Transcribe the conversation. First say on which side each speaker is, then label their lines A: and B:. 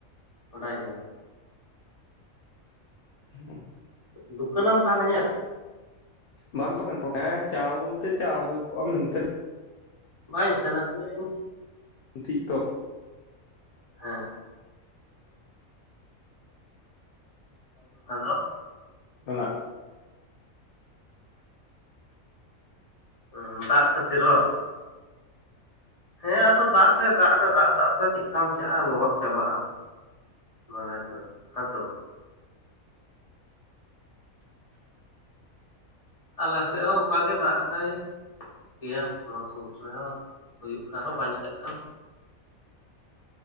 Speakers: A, on the left; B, on the left.
A: ᱵᱟᱰᱟᱭ ᱠᱮᱫᱟᱢ᱾
B: ᱦᱩᱸ᱾
A: ᱫᱩᱠᱟᱹᱱᱟᱢ ᱛᱟᱞᱦᱮ ᱧᱮᱞ?
B: ᱵᱟᱢ ᱛᱚᱠᱮᱱ ᱴᱚᱴᱟᱭ-ᱟ ᱪᱟ ᱵᱚᱞᱛᱮ ᱪᱟ ᱦᱩᱭ ᱠᱚᱜ-ᱟ ᱢᱮᱱᱛᱮ᱾
A: ᱵᱟᱝᱟᱹᱧ ᱥᱮᱱᱟ ᱠᱟᱱᱟᱹᱧ
B: ᱜᱤᱛᱤᱡ
A: ᱦᱮᱸ ᱟᱫᱚ
B: <unintelligible> <unintelligible>
A: ᱦᱩᱸ ᱫᱟᱜ ᱠᱷᱟᱹᱛᱤᱨ ᱵᱟᱝ? ᱦᱮᱸ ᱟᱫᱚ ᱫᱟᱜ ᱫᱚᱭ ᱫᱟᱜ ᱫᱟ ᱫᱟᱜ, ᱫᱟᱜ ᱛᱮ ᱪᱮᱫ ᱠᱟᱢ ᱪᱟᱞᱟ ᱞᱚᱦᱚᱫ ᱪᱟᱵᱟᱜ-ᱟᱢ ᱾ ᱵᱟᱰᱟᱭ ᱠᱮᱫᱟᱢ ᱦᱮᱸ ᱥᱮ ᱵᱟᱝ? ᱟᱞᱮ ᱥᱮᱫ ᱦᱚᱸ ᱚᱱᱠᱟ ᱜᱮ ᱫᱟᱜ ᱫᱟᱭ᱾ ᱪᱤᱠᱟᱹᱭ ᱟᱢ ᱱᱚᱣᱟ ᱥᱩᱨ ᱨᱮᱦᱚᱸ ᱦᱩᱭᱩᱜ ᱠᱟᱱ ᱨᱮᱦᱚᱸ ᱵᱟᱧᱪᱟᱜ ᱠᱟᱱᱟ᱾